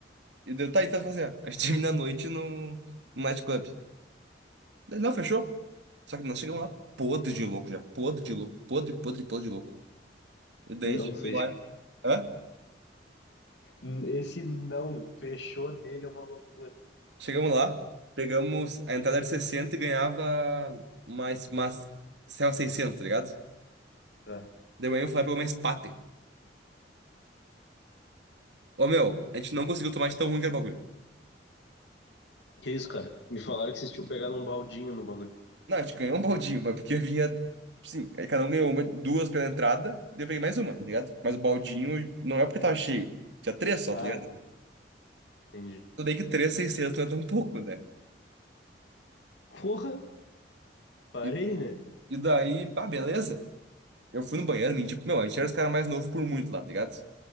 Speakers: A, on the right; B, on the left.
A: E deu, tá, então eu falei assim, ó, a gente termina a noite num, num nightclub. Daí, não, fechou. Só que nós chegamos lá podre de louco já. Podre de louco. Podre, podre, podre de louco. E daí
B: não
A: a gente
B: sei.
A: chegou lá. Hã?
B: Hum, Esse não fechou dele é uma loucura.
A: Chegamos lá, pegamos a entrada de 60 e ganhava mais mais Serra 600, tá ligado?
B: tá
A: De manhã eu fui lá e pegou uma Spaten. Ô meu, a gente não conseguiu tomar de tão ruim que era o bagulho.
B: que isso, cara? Me falaram que vocês tinham pegado um baldinho no bagulho.
A: Não, a gente ganhou um baldinho, mas porque havia. Sim, aí cada um ganhou uma, duas pela entrada, daí eu peguei mais uma, tá ligado? Mas o baldinho não é porque tava cheio, tinha três só,
B: Ah,
A: tá ligado?
B: entendi.
A: Tudo bem que três, 600 não é tão pouco, né?
B: Porra, parei,
A: E,
B: né?
A: e daí, bah, beleza. Eu fui no banheiro, menti, tipo, meu, a gente era os caras mais novos por muito lá, tá ligado?